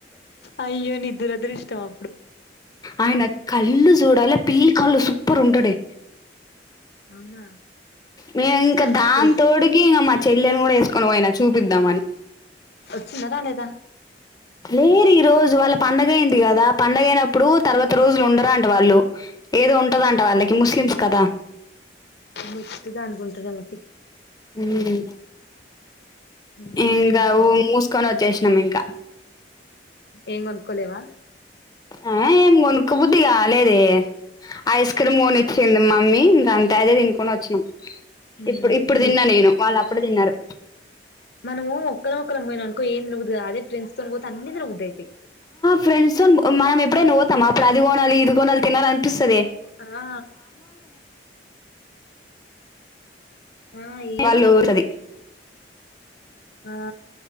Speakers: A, on the left; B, on the left.
A: అయ్యో నీ దురదృష్టమా
B: ఆయనక్ కల్లు జూడా లే పిల్లి కల్లు సుప్పర్ ఉంటడే
A: అవునా
B: మేం ఇంక
A: చ
B: దాన్తోడికీ
A: అప్పుడు
B: ఇంగ మా చెల్లెని గూడా యేస్కొని పోయినా చూప్ పైద్దామనీ
A: వచ్చున్నరా లేదా
B: లేరు ఈ రోజు వాళ్ళ పండగైంది గదా పండగైనప్పుడూ తర్వాత రోజులు ఉండరంట వాళ్ళు ఏదో ఉంటదంట
A: చ
B: వాళ్ళకి ముస్లిమ్స్ కదా
A: నెక్స్ట్ దానికి ఉంటదేమో తీ
B: ఉమ్
A: మ్మ్
B: ఈన్గా ఊ మూస్కొనొచ్చే నమ్మింకా
A: ఏంగ్గొనుక్కో లేవా
B: ఆ ఏం గొనుక్కో బుద్ధి కాలేదే ఐస్ క్రీమ్ గొనిచ్చింది మా మమ్మీ ఇంకా అంతా అయిదే తినుకని వచ్చినాం
A: మ్మ్
B: ఇప్పుడు ఇప్పుడు తిన్నా నేను వాళ్ళు అప్పుడు తిన్నారు
A: మనము ఒక్కరొక్కరం పోయి అనుకోం తినబుధి కాదే ఫ్రెండ్స్ తో పోతే అని తినబు పేది
B: ఫ్రెండ్స్తో మనం ఎప్పుడైనావ్తాం అప్పుడు అది కొనాల ఇది కొనాలి తినాల అనిపిస్తుంద
A: ఆ ఆ ఏం
B: వాళ్ళు
A: తినబుద్ది
B: సది
A: కాదు ఆ